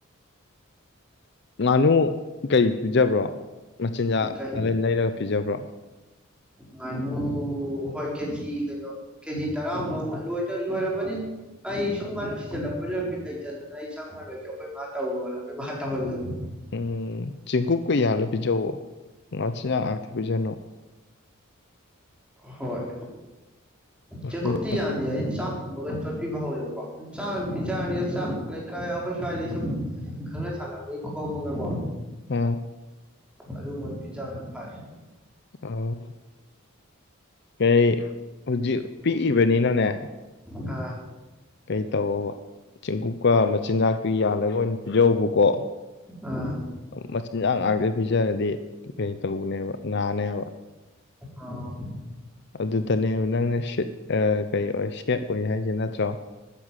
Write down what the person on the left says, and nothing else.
ꯉꯥꯅꯨ ꯀꯩ ꯄꯤꯖꯕ꯭ꯔꯣ ꯃꯆꯤꯟꯖꯥꯛ
ꯑ ꯂꯩꯔꯒ ꯄꯤꯖꯕ꯭ꯔꯣ
ꯎꯝ ꯆꯦꯡꯀꯨꯞꯀ ꯌꯥꯜꯂ ꯄꯤꯖꯑꯣ ꯉꯆꯤꯟꯖꯥꯛ ꯉꯥꯛꯇ ꯄꯤꯖꯅꯣ
ꯃꯆꯤꯟ-
ꯎꯝ
ꯑꯣ ꯀꯩ ꯍꯧꯖꯤꯛ ꯄꯤꯛꯏꯕꯅꯤꯅꯅꯦ
ꯀꯩ ꯇꯧꯑꯣꯕ ꯆꯦꯡꯀꯨꯞꯀ ꯃꯆꯤꯟꯖꯥꯛꯇꯨ ꯌꯥꯜꯂꯒ ꯑꯣꯏꯅ ꯌꯧꯕꯨꯀꯣ
ꯃꯆꯤꯟꯖꯥꯛ ꯉꯥꯛ ꯄꯤꯖꯔꯗꯤ ꯀꯩ ꯇꯧꯕꯅꯦꯕ ꯅꯥꯅꯤ ꯍꯥꯏꯕ
ꯑꯗꯨꯗꯅꯦꯕ ꯅꯪꯅ ꯁꯤꯠ ꯑꯥ ꯀꯩ ꯑꯣꯏ ꯁꯦꯠ ꯑꯣꯏ ꯍꯥꯏꯁꯦ ꯅꯠꯇ꯭ꯔꯣ